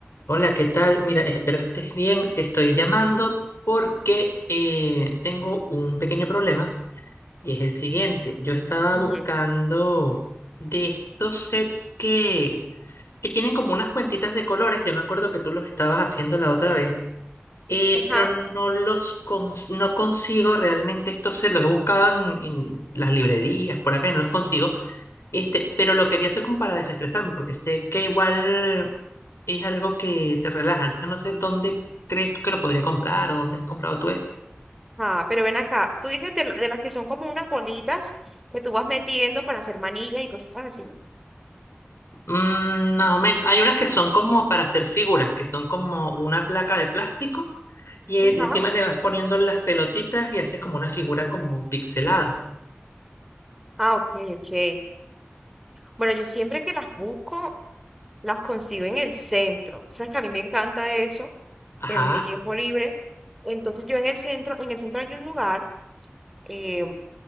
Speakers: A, on the left; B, in the centre.
A: Hola, ¿qué tal? Mira, espero estés bien. Te estoy llamando porque eh, tengo un pequeño problema y es el siguiente. Yo estaba
B: Ujú,
A: buscando de estos sets que, que tienen como unas cuentitas de colores. Yo me acuerdo que tú los estabas haciendo la otra vez, eh,
B: Ajá,
A: pero no los cons- no consigo realmente estos sets. Los he buscado en, en las librerías por acá y no los consigo. Este, pero lo quería hacer como para desestresarme, porque sé que igual es algo que te relaja. Entonces no sé dónde crees tú que lo podría comprar o dónde has comprado tú esto.
B: ajá, pero ven acá, tú dices de, la- de las que son como unas bolitas que tú vas metiendo para hacer manillas y cosas así.
A: Mm, más o menos. Hay unas que son como para hacer figuras, que son como una placa de plástico y en-
B: Ajá.
A: encima le vas poniendo las pelotitas y haces como una figura como pixelada.
B: Ah, ok, ok. Bueno, yo siempre que las busco, las consigo en el centro. Sabes que a mí me encanta eso,
A: Ajá,
B: en mi tiempo libre. Entonces yo en el centro, en el centro hay un lugar, eh,